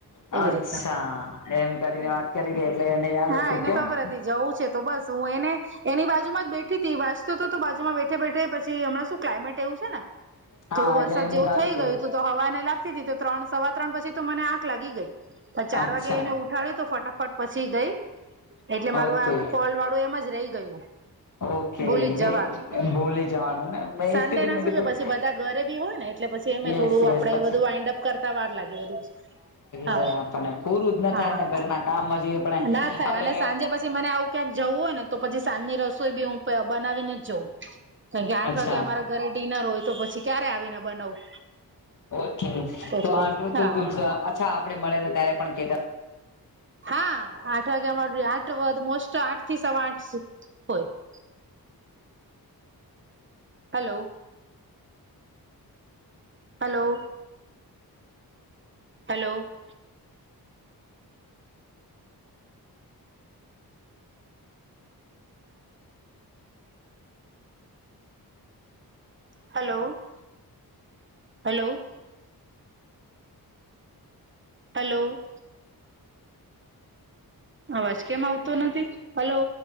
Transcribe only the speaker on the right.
એવી રીતના
હા
એને
ખબર હતી જવું છે તો બસ હું એને એની બાજુમાં જ બેઠી તી વાંચતો તો તો બાજુમાં બેઠે બેઠે પછ પછી હમણાં શું ક્લાઇમેટ એવું છે ને
થોડું વરસાદ
જેવું
થઈ
ગયું તું તો હવા એને લાગતી તી તો ત્રણ સવા ત્રણ પછી તો મને આંખ લાગી ગઈ પણ ચાર
વાગે એને ઉઠાડી તો ફટાફટ પછી ગઈ. એટલે મારું
આ ફોલવાળું એમ જ રહી ગયું.
ભૂલી જ જવાનું
સન્ડે
ના
શું
છે પછી બધા ઘરે બી હોય ને એટલે પછી એમે
થોડું આપડે
બધું વાઈન્ડઅપ કરતા વાર લાગે <unintelligible> હા.
હા
ના થાય
અને સાંજે પછી મને આવું ક્યાંક જવું હોય ને તો પછી સાંજની રસોઈ બી હું બનાવીને જ જઉ. કારણ કે આઠ
વાગે અમારા ઘરે ડિનર હોય તો પછી ક્યારે આવીને બનાવું.
એટલે
હા
હા આઠ વાગ્યામાં આઠ વા મોસ્ટ આઠ થી સવા આઠ સુ હોય <unintelligible> hello hello hello hello, hello hello અવાજ કેમ આવતો નથી? હલો.